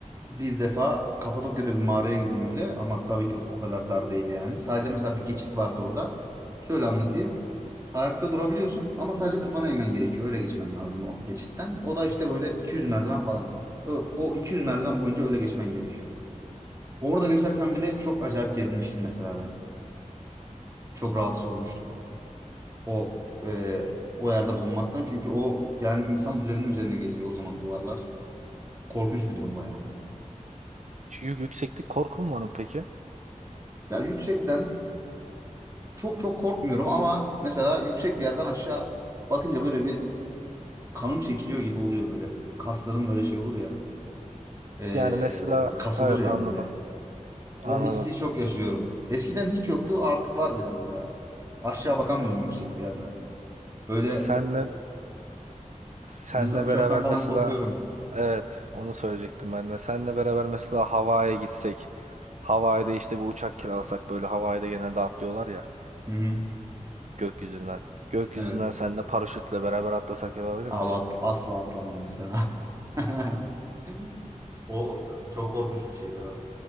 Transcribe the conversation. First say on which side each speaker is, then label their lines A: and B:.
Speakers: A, on the right; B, on the right.
A: bir defa Kapadokya'da bir mağaraya girdim öyle ama tabii ki o kadar dar değil yani. Sadece mesela bir geçit vardı orada. Şöyle anlatayım. Ayakta durabiliyorsun ama sadece kafana eğmen gerekiyor. Öyle geçmen lazım o geçitten. O da işte böyle 200 merdiven falan. O, o 200 merdiven boyunca öyle geçmen gerekiyor. Orada geçerken bile çok acayip gerilmiştim mesela ben. Çok rahatsız olmuştum. O e, o yerde bulunmaktan. Çünkü o yani insan üzerine üzerine geliyor o zaman duvarlar. Korkunç bir durum bayağı.
B: Şu yük- yükseklik korkum var mı peki?
A: Ya yüksekten çok çok korkmuyorum ama mesela yüksek bir yerden aşağı bakınca böyle bir kanım çekiliyor gibi oluyor böyle. Kasların böyle şey olur ya. ee,
B: Yani mesela
A: kasılır
B: evet
A: ya
B: anladım
A: böyle. O
B: anladım.
A: hissi çok yaşıyorum. Eskiden hiç yoktu artık var biraz ya. Aşağı bakamıyorum yüksek bir yerden. Böyle
B: Senle senle
A: mesela uçaktan
B: beraber
A: falan
B: mesela
A: korkuyorum.
B: evet onu söyleyecektim ben de. Senle beraber mesela Hawaii'ye gitsek. Hawaii'de işte bu uçak kiralasak böyle Hawaii'de genelde atlıyorlar ya
A: Hı hı.
B: gökyüzünden. Gökyüzünden
A: Evet.
B: senle paraşütle beraber atlasak yapabilir misin?
A: Abi at- asla atlamam mesela. <laughs> O çok korkunç bir şey ya.